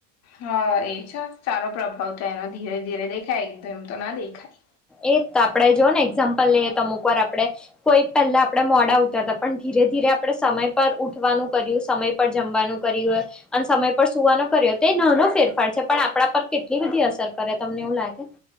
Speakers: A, on the left; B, in the centre.
A: હા એજ હા સારો પ્રભાવ થાય એનો ધીરે-ધીરે દેખાય એકદમતો ના દેખાય.
B: એત આપણે જોને એક્ઝામ્પલ લઈએ તો અમુક વાર આપણે કોઈ પહેલા આપણે મોડા ઊઠતા હતા પણ ધીરે-ધીરે આપણે સમય પર ઉઠવાનું કર્યું. સમય પર જમવાનું કર્યું. અને સમય પર સુવાનો કર્યો તે નાનો ફેરફાર છે પણ આપણા પર કેટલી બધી અસર કરે તમને એવું લાગે?